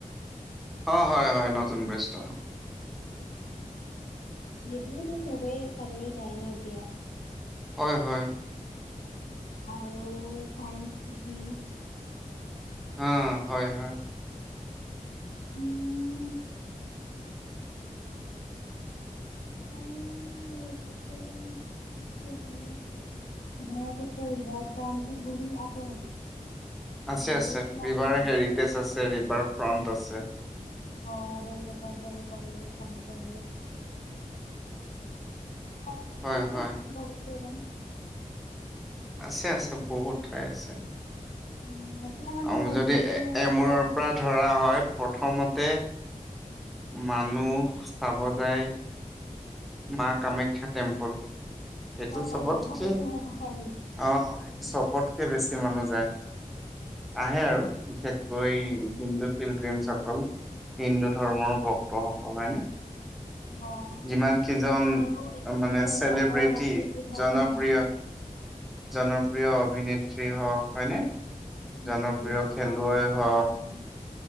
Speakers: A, in the centre; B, on the left.
A: অ হয় হয় নতুন বেষ্ট।
B: সেইটোওতো চবেই চাবলৈ যায় ন এতিয়া।
A: হয় হয়।
B: আৰু চাইন্স চিটি।
A: অ হয় হয়।
B: উম উ এইটো কি আছিল ন ব্ৰহ্মপুত্ৰ ৰিভাৰ ফ্ৰন্ট বুলি আছে নেকি তেনেকেওতো
A: আছে আছে ৰিভাৰ
B: চাগে
A: হেৰিটেজ আছে ৰিভাৰ ফ্ৰন্ট আছে
B: অ সেই ক তাত জাব <unintelligible> আছে
A: হয়
B: বহুত
A: হয়
B: বহুতঘ।
A: আছে আছে বহুত ঠাই আছে।
B: উম। এতিয়া মানে
A: আৰু
B: মোৰ একজেক্টলি
A: যদি এ এমূৰৰ
B: মনত অহা
A: পৰা
B: নাই
A: ধৰা হয় প্ৰথমতে। মানুহ চাব যায়। মা কামাখ্যা টেম্পল। এইটো
B: অ
A: চপ
B: কামাখ্যাটোতো
A: কি
B: মই পাহৰিলো
A: অ এইটো চপৰ্। কে বেছি মন যায়।
B: উম
A: আহে আৰু বিশেষকৈ
B: উম
A: হিন্দু ফিলগ্ৰিমছসকল। হিন্দু ধৰ্মৰ ভক্ত সকল হয়নে।
B: অ
A: যিমান কেইজন
B: এইটোতো আৰু এইটোতো
A: মানে
B: বহুত
A: চেলিব্ৰিটি।
B: ডাঙৰ শক্তিপীঠ হয়
A: জনপ্ৰিয়।
B: ন
A: জনপ্ৰিয় অভিনেত্ৰী হওক হয়নে।
B: উম,
A: জনপ্ৰিয়
B: বলিউডৰ
A: খেলুৱৈ
B: পৰাও আহে
A: হওক।
B: উম